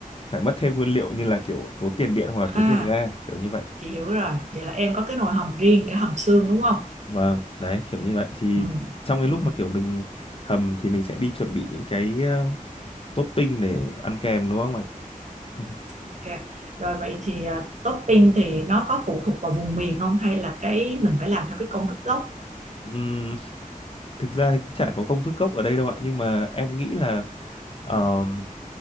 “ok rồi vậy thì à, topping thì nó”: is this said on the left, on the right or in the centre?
Right